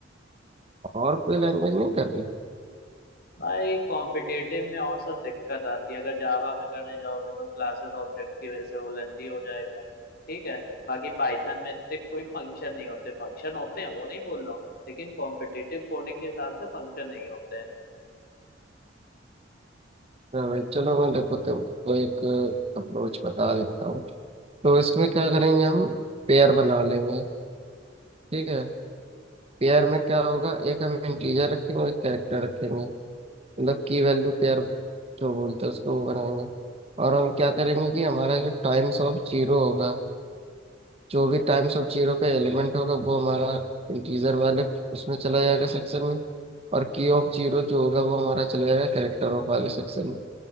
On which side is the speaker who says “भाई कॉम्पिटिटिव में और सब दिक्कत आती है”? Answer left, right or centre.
Left